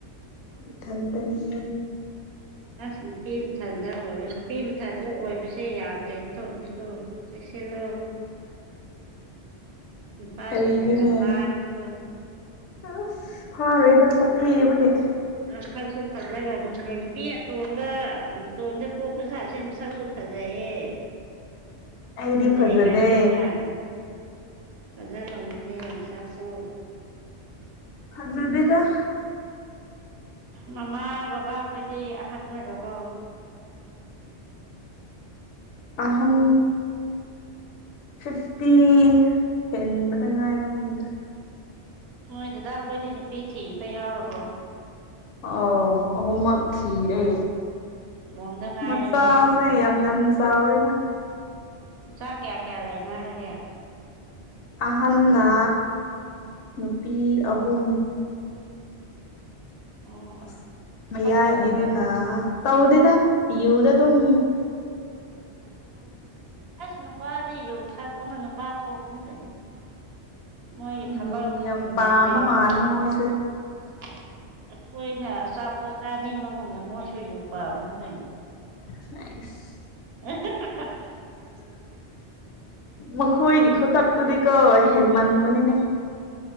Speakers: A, on the left; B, on the right.
A: ꯈꯟꯇꯅꯤ
B: ꯑꯁ ꯅꯨꯄꯤ ꯃꯊꯟꯗ ꯑꯣꯏꯕ ꯅꯨꯄꯤ ꯃꯊꯟꯗ ꯑꯣꯏꯕꯁꯦ ꯌꯥꯝ ꯀꯩꯅꯣ ꯇꯧꯕꯅꯤꯀꯣ ꯁꯤ ꯈꯂꯣ ꯅꯨꯄꯥꯁꯤ
A: ꯀꯔꯤꯅꯣꯅꯦ
B: ꯃ ꯌꯥꯝꯚꯒꯅꯦꯀꯣ
A: ꯑꯁ ꯐꯥꯔꯣꯏꯗ ꯁꯛꯊꯤꯕꯒꯤ
B: ꯉꯊꯛꯁꯨ ꯐꯖꯒꯅꯦ ꯅꯨꯄꯤ ꯑꯇꯣꯝꯕ ꯎꯝ ꯇꯣꯝꯗ ꯄꯣꯛꯄ ꯁꯥꯁꯦ ꯃꯁꯛꯁꯨ ꯐꯖꯩꯌꯦ
A: ꯑꯩꯗꯤ
B: ꯐꯖꯩ
A: ꯐꯖꯗꯦ
B: ꯍꯥꯏꯅ ꯍꯥꯏꯅ ꯐꯖꯔꯒꯅꯦ ꯉꯁꯛꯁꯨ
A: ꯍꯖꯗꯦꯗ
B: ꯃꯃꯥ ꯕꯕꯥ ꯑꯩꯈꯣꯏꯗꯤ ꯑꯍꯟ ꯑꯣꯏꯔꯕꯣ
A: ꯑꯍꯝ ꯐꯤꯐꯇꯤ ꯑꯦꯟꯕꯗ ꯉꯥꯏꯔꯝꯅꯤꯗ
B: ꯃꯣꯏꯗꯨꯗꯥ ꯑꯩꯈꯣꯏꯗꯤ ꯅꯨꯄꯤ ꯊꯤꯕ ꯌꯥꯎꯔꯕꯣ
A: ꯑ ꯑ ꯃ ꯈꯤꯔꯦ
B: ꯃꯣꯝꯗ ꯉꯥꯏꯔꯦꯅꯦ
A: ꯃꯁꯆꯥ ꯑ ꯌꯝ ꯌꯝ ꯆ ꯑꯕꯅ
B: ꯆꯥꯛ ꯀꯌꯥ ꯀꯌꯥ ꯂꯩꯅꯔꯒꯦ
A: ꯑꯍꯟꯅ ꯅꯨꯄꯤ ꯑꯍꯨꯝ
B: ꯑꯣ
A: ꯁ
B: ꯊꯕꯛ
A: ꯃꯌꯥꯏꯒꯤꯗꯨꯅ
B: ꯇꯧꯕ꯭ꯔꯥ
A: ꯇꯧꯗꯦꯗ ꯌꯨꯗ ꯗꯨꯝ
B: ꯑꯁꯅ ꯄꯥꯗꯗꯤ ꯌꯧ ꯊꯥꯛꯄꯅꯅ ꯄꯥꯊꯣꯛ ꯀꯅꯤ ꯃꯣꯏꯒꯤ ꯊꯕꯛꯅ
A: ꯌꯨ ꯌꯥꯝ
B: ꯑꯩꯈꯣꯏꯅ
A: ꯄꯥꯝꯕ ꯃꯥꯜꯂꯦ ꯃꯣꯏꯁꯦ
B: ꯑꯆꯥꯄꯣꯠ ꯆꯥꯅꯤꯡꯕꯒꯨꯝꯅ ꯃꯣꯏꯁꯨ ꯌ ꯄꯥꯝꯅꯤ ꯀꯩꯅꯣ
A: ꯁꯥꯏꯁ
B: ꯑꯦ
A: ꯃꯈꯣꯏꯒꯤ ꯈꯨꯇꯛꯇꯨꯗꯤꯀꯣ ꯍꯦꯟ ꯃꯟꯕꯅꯤꯅꯦ